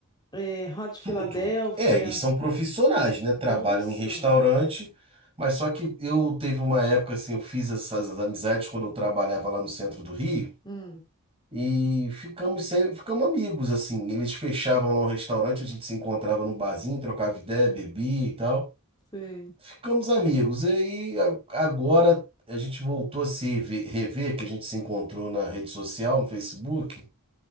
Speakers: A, on the left (about 20°); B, on the right (about 25°).
A: eh, Hot Philadelphia.
B: Tudo. É, eles são profissionais, né? Trabalham
A: Nossa.
B: em restaurante, mas só que eu teve uma época assim, eu fiz essas amizades quando eu trabalhava lá no centro do Rio
A: Hum,
B: e ficamos sem, ficamos amigos assim. Eles fechavam lá um restaurante, a gente se encontrava num barzinho, trocava ideia, bebia e tal.
A: sei.
B: Ficamos amigos. E aí a- agora a gente voltou a se ve- rever, que a gente se encontrou na rede social, no Facebook.